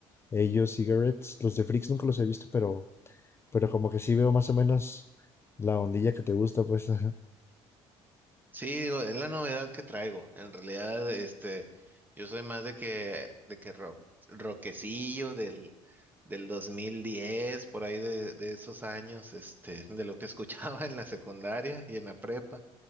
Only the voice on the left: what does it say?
Ellos, Cigarettes, los de Freaks nunca los he visto, pero, pero como que sí veo más o menos la ondilla que te gusta, pues, <laughs> ajá.